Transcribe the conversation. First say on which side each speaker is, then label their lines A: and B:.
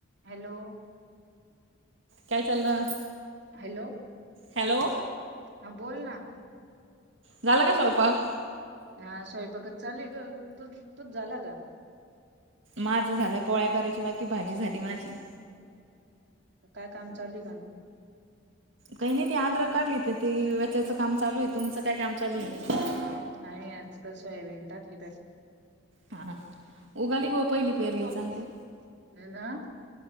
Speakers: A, on the right; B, on the right.
A: Hello.
B: काय चाललं?
A: Hello.
B: Hello
A: हा बोल ना.
B: झालं का स्वयपाक?
A: हा. स्वयंपाकच चालूय ग. तुझ तुझा झाला का?
B: माझ झाल्या पोळ्या करायची बाकी. भाजी झाली माझी.
A: काय काम चालूए का ना?
B: काही नाही ते आद्रक काढली ते वेचायचं काम चालू आहे. तुमचं काय काम चालू आहे?
A: नाही. आजकाल सोयाबीन टाकली प-
B: हा. उगाली का हो पहिली पेरले
A: प
B: चांगली?
A: ना